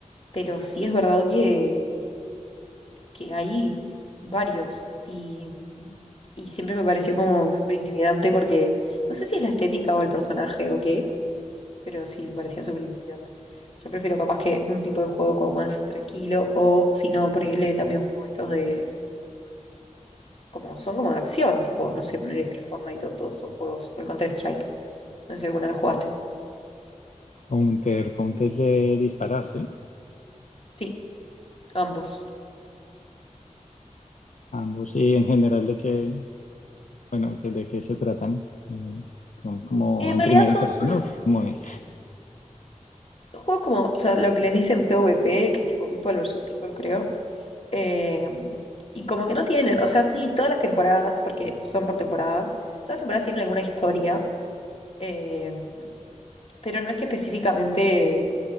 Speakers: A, on the left; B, on the left.
A: Pero sí es verdad que que hay varios y, y siempre me pareció como súper intimidante porque no sé si es la estética o el personaje o qué, pero sí, me parecía súper intimidante. Yo prefiero capaz que un tipo de juego como más tranquilo o si no, prohibirle también juego estos de como son como de acción, tipo, no sé, poner el Fortnite o todos esos juegos, o el Counter-Strike, no sé si alguna vez jugaste.
B: Counter, Counter es de dispararse,
A: Sí, ambos.
B: ambos, y en general de qué, bueno, de de qué se tratan, eh, como como
A: En
B: en
A: realidad
B: primera
A: son,
B: persona, como es.
A: son juegos como, o sea, lo que les dicen PvP, que es tipo People versus People, creo Eh, y como que no tienen, o sea, sí, todas las temporadas, porque son por temporadas, todas las temporadas tienen alguna historia, eh, pero no es que específicamente